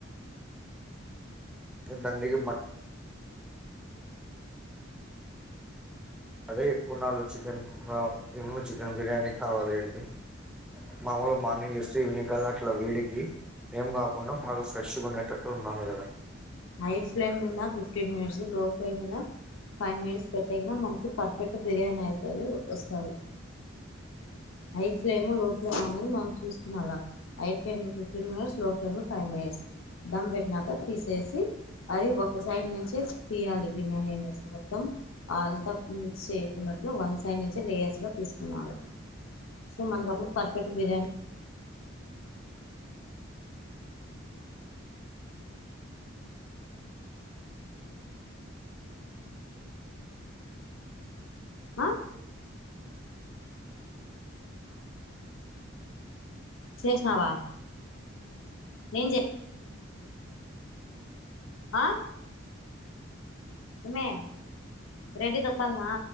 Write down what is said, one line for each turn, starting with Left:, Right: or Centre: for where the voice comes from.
Centre: దండడికి మ అదే ఎక్కువన్నాలు వచ్చిది చికెన్ చె ధమ్ బిర్యానీ కావాలి అంటె మాముూలు మార్నింగ్ చేస్తే ఈవినింగ్ కలా అట్లా వేడికి ఏం కాకుండా బాగా ఫ్రెష్గా ఉండేటట్టు ఉండాలి
Left: హై ఫ్లేమ్ మీద ఫిఫ్టీన్ మినిట్స్ లో ఫ్లేమ్ద ఫైవ్ మినిట్స్ పెట్టే క మనకి పర్ఫెక్ట్ బిర్యానీ అవుతుంది వస్తుంది హై ఫ్లేమ్ లో ఫ్లేమ్ అనేది మనం చూసుకున్నలా హై ఫ్లేమ్ ఫిఫ్టీన్ మినిట్స్ లో ఫ్లేమ్ లో ఫైవ్ మినిట్స్ దమ్ పెట్టినాక తీసేసి అది ఒక సైడ్ నుంచే తీయాలి బిర్యానీ అనేసి మొత్తం అంతా మిక్స్ చేయకున్నట్లు వంద సైడ్ నుంచే లేయర్స్ లో తీసుకునాలి సో మనకప్పుడు పర్ఫెక్ట్ బిర్యానీ ఆ శేష్ణవా నను జ ఆ ఇమెే రెడి దొక్కల్నా